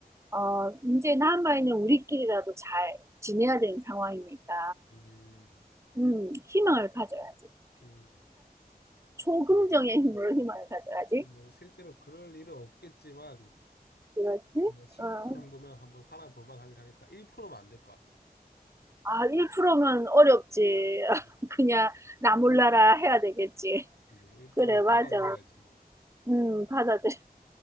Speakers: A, on the right; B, on the left.
A: 어, 이제 남아있는 우리끼리라도 잘 지내야 되는 상황이니까,
B: 음,
A: 음, 희망을 가져야지.
B: 음,
A: 초긍정의
B: 음.
A: 힘으로 희망을 가져야지.
B: 뭐 실제로 그럴 일은 없겠지만
A: 그렇지?
B: 뭐 10%
A: 어.
B: 정도면 한번 살아볼 만하긴 하겠다. 1%면 안 될 것 같아.
A: 아, 1%면 어렵지. <laughs>
B: 음.
A: 그냥 나 몰라라 해야 되겠지.
B: 근데 1%면
A: 그래, 맞아.
B: 받아들여야지 뭐.
A: 음, 받아들여.